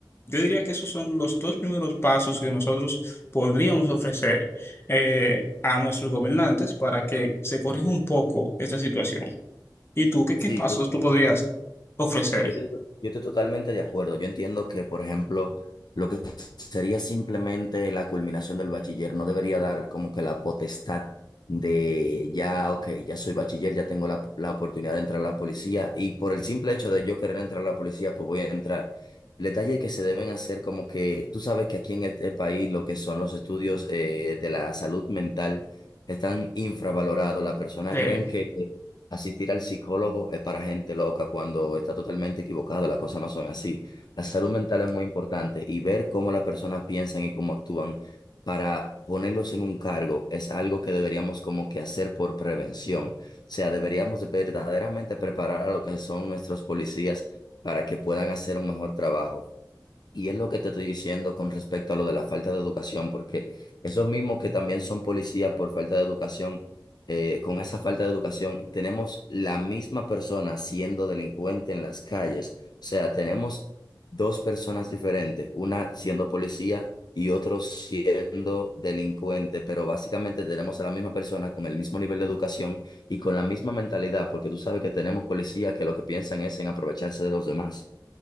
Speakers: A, on the left; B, on the left.
A: Yo diría que esos son los dos primeros pasos que nosotros podríamos ofrecer eh, a nuestros gobernantes para que se corrija un poco esta situación. ¿Y tú qué, qué
B: Sí,
A: pasos tú podrías ofrecer?
B: Yo, estoy yo estoy totalmente de acuerdo. Yo entiendo que, por ejemplo, lo que sería simplemente la culminación del bachiller no debería dar como que la potestad de ya, ok, ya soy bachiller, ya tengo la, la oportunidad de entrar a la policía y por el simple hecho de yo querer entrar a la policía, pues voy a entrar. El detalle es que se deben hacer como que, tú sabes que aquí en este país lo que son los estudios eh, de la salud mental están infravalorados. Las personas
A: Eh,
B: creen que Asistir al psicólogo es para gente loca cuando está totalmente equivocado, las cosas no son así. La salud mental es muy importante y ver cómo las personas piensan y cómo actúan para ponerlos en un cargo es algo que deberíamos como que hacer por prevención. O sea, deberíamos de verdaderamente preparar a lo que son nuestros policías para que puedan hacer un mejor trabajo. Y es lo que te estoy diciendo con respecto a lo de la falta de educación, porque esos mismos que también son policías por falta de educación, eh, con esa falta de educación, tenemos la misma persona siendo delincuente en las calles. O sea, tenemos dos personas diferentes, una siendo policía y otro siendo delincuente, pero básicamente tenemos a la misma persona con el mismo nivel de educación y con la misma mentalidad, porque tú sabes que tenemos policías que lo que piensan es en aprovecharse de los demás.